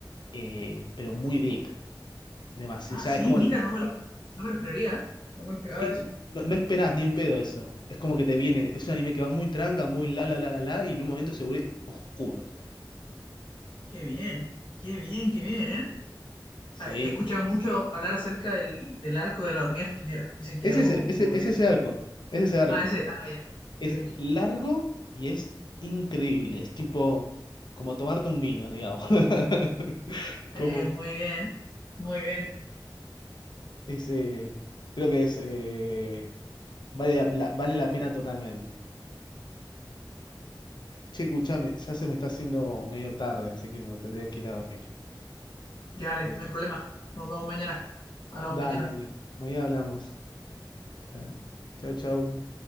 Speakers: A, on the left; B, on the left.
A: eh, pero muy deep. Demasiado,
B: Ah, sí,
A: es como,
B: mira, no me lo, no me lo esperaría, ¿eh? No me lo esperaba
A: Sí,
B: eso.
A: no, no esperás ni en pedo eso. Es como que te viene, es un anime que va muy tranca, muy la la la la la, y en un momento se vuelve oscuro.
B: Qué bien, qué bien, qué bien. ¿eh?
A: Sí.
B: Ah, He escuchado mucho hablar acerca del, del arco de la hormiga mira, Dicen que
A: Es
B: es algo
A: ese, es,
B: muy
A: e-
B: bueno.
A: es ese arco. Es ese arco.
B: Ah, ese, ah, ya,
A: Es
B: te cacho.
A: largo y es increíble. Es tipo como tomarte un vino, digamos. <laughs>
B: Eh,
A: Como
B: muy bien, muy bien.
A: ese. Creo que es. eh, vale la, la- vale la pena totalmente. Che, escuchame, ya se me está haciendo medio tarde, así que me tendría que ir a dormir.
B: Ya, vale,
A: Ok.
B: no hay problema. Nos vemos mañana. Hablamos
A: Dale,
B: mañana.
A: dale. Mañana hablamos. Eh, Chao, chao.